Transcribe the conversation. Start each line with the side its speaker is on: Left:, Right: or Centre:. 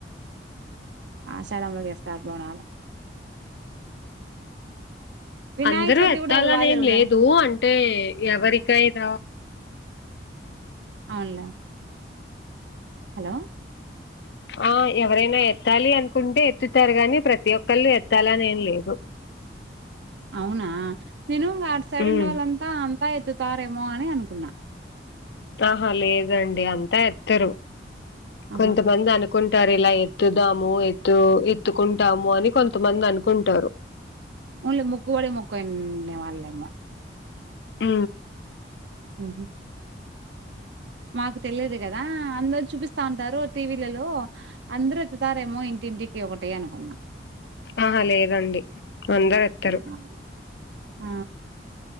Right: ఆషాడంలో చేస్తారు బోనాలు వినాయక
Left: అందరూ
Right: చవితి
Left: ఎత్తలనేం
Right: కూడా బాగా జరుగుతారు
Left: లేదు అంటే ఎవరికైన
Right: అవునులే హలో
Left: ఆ ఎవరైనా ఎత్తాలి అనుకుంటే ఎత్తుతారు గాని ప్రతి ఒక్కళ్ళు ఎత్తాలనేం లేదు
Right: అవునా తిను అటి సైడ్
Left: ఉమ్
Right: ఉండేవాళ్ళంతా అంతా ఎత్తుతారేమో అని అనుకున్నా
Left: ఆహా లేదండి అంతా ఎత్తరు
Right: ఆహా
Left: కొంతమంది అను అనుకుంటారు ఇలా ఎత్తుదాము ఎత్తు ఎత్తుకుంటాము అని కొంతమంది అనుకుంటారు
Right: ఓన్లీ ముక్కువడి ముక్కువల్లేమో
Left: ఆ
Right: ఉహు మాకు తెలిదు కదా అందరు చూపిస్తా ఉంటారు టీవీలలో అందరుూ ఎతుతారేమో ఇంటి ఇంటికి ఒకటి అనుకున్నా
Left: ఆహా లేదండి అందరు ఎత్తరు
Right: ఆ ఆ